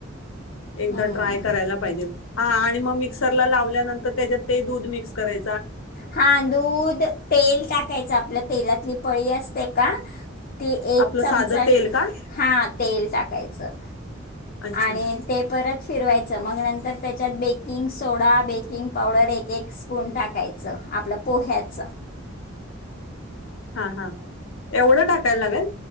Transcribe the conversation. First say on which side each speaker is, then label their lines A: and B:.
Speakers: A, on the left (about 85°); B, on the left (about 45°).
A: एकदा
B: हम्म.
A: ट्राय करायला पाहिजे, हा आणि मग मिक्सरला लावल्यानंतर त्याच्यात ते दूध मिक्स करेल.
B: हा दूध, तेल टाकायचं आपलं तेलातली पळी असते का.. ते एक
A: आपलं
B: चमचा,
A: साधं तेल का
B: हा तेल टाकायचं.
A: अच्छा
B: आणि ते परत फिरवायच मग नंतर त्याच्यात बेकिंग सोडा, बेकिंग पावडर, एक एक स्पून टाकाय च आपल्या पोह्याच.
A: हा हा एवढं टाकायला लागेल